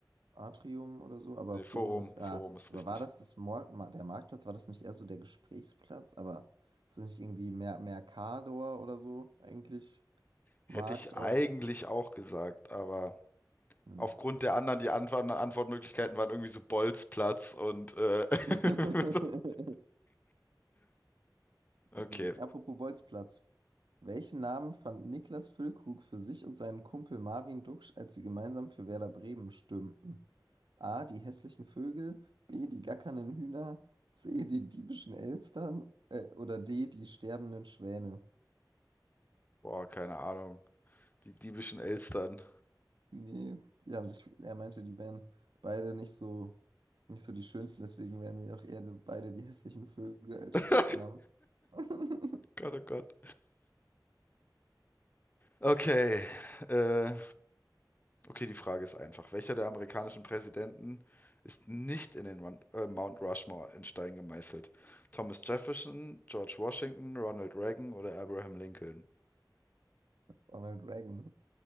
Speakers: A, on the right; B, on the left.
A: Atrium oder so, aber
B: nee,
A: Forum
B: Forum,
A: ist, äh,
B: Forum
A: aber
B: ist richtig.
A: war das das Mor Ma- der Marktplatz? War das nicht eher so der Gesprächsplatz? Aber ist das nicht irgendwie Mer Mercador oder so eigentlich?
B: Hätte
A: Markt
B: ich eigentlich
A: auf.
B: auch gesagt, aber
A: Hm.
B: aufgrund der anderen, die Antwort Antwortmöglichkeiten waren irgendwie so Bolzplatz und äh, <laughs>
A: <laughs>
B: okay,
A: Mhm. Apropos Bolzplatz. Welchen Namen fand Niklas Füllkrug für sich und seinen Kumpel Marvin Duksch, als sie gemeinsam für Werder Bremen stürmten? A. Die hässlichen Vögel, B. Die gackernden Hühner, C. Die diebischen Elstern äh, oder D. Die sterbenden Schwäne?
B: boah, keine Ahnung. Die diebischen Elstern.
A: Nee, die haben sich, er meinte, die wären beide nicht so, nicht so die schönsten, deswegen wären wir auch eher so beide die hässlichen Vögel als
B: <laughs>
A: Spitzname. <laughs>
B: Gott, oh Gott. Okay, äh, okay, die Frage ist einfach. Welcher der amerikanischen Präsidenten ist nicht in den Mon- äh, Mount Rushmore in Stein gemeißelt? Thomas Jefferson, George Washington, Ronald Reagan oder Abraham Lincoln?
A: Ronald Reagan.